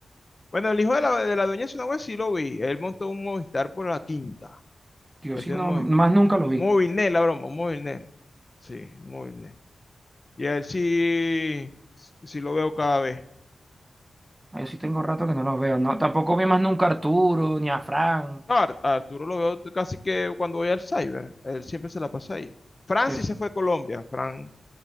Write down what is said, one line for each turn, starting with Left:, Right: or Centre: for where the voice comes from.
Left: Bueno, el hijo de la, de la dueña de Sunagua sí lo vi. Él montó un Movistar por la quinta.
Right: Yo
Left: Él
Right: sí
Left: tiene
Right: no,
Left: un Movistar.
Right: más nunca
Left: Un
Right: lo vi.
Left: Movilnet, la broma, un Movilnet. Sí, un Movilnet. Y a él sí, sí sí lo veo cada vez.
Right: Ah, Yo sí tengo rato que no los veo. No, tampoco vi más nunca a Arturo ni a Fran.
Left: No, Ar- Arturo lo veo casi que cuando voy al cyber, él siempre se la pasa ahí. Fran
Right: que-
Left: sí se fue a Colombia, Fran